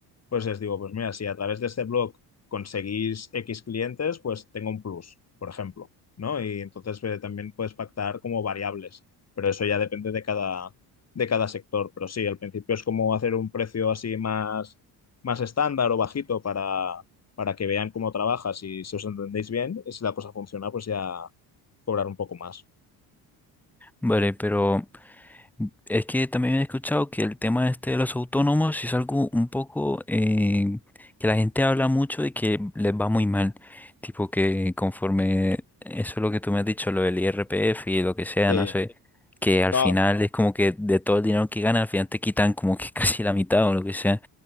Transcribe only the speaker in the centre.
Vale, pero Es que también he escuchado que el tema este de los autónomos es algo un poco eh, que la gente habla mucho y que les va muy mal. Tipo que conforme eso es lo que tú me has dicho, lo del IRPF y lo que sea,
no sé, que al
final es como que de todo el dinero que ganan, al final te quitan como que <laughs> casi la mitad o lo que sea.